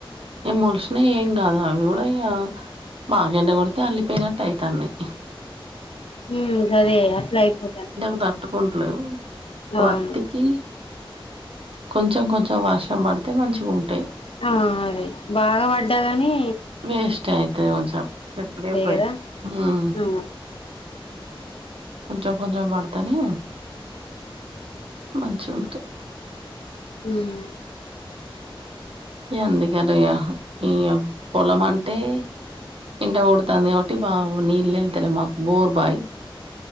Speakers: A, on the right (about 75°); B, on the left (about 80°).
A: ఏ మలసిన ఏం కాదు అవి కూడా ఇ బాగా ఎండ కొడితే అల్లిపోయినట్టు అయితన్నయి.
B: ఉ సరే అట్లా అయిపో.
A: ఎండకు తట్కుంటలేవు
B: అవును
A: పత్తికి. కొంచెం కొంచెం వర్షం పడితే మంచిగా ఉంటయి.
B: ఆ అదే బాగ పడ్డా గని
A: వేస్ట్ అయితది కొంచం చెట్లి పై,
B: కదా
A: ఉమ్
B: ఆ
A: కొంచెం కొంచెం పడితేనే మంచిగా ఉంటయి.
B: ఉమ్
A: ఇయ అందుకనే ఇగ ఈ పొలం అంటే ఎండ కొడుతాంది కాబట్టి బావు నీళ్ళు వెళ్తలే మాకు బోర్ బాయ్.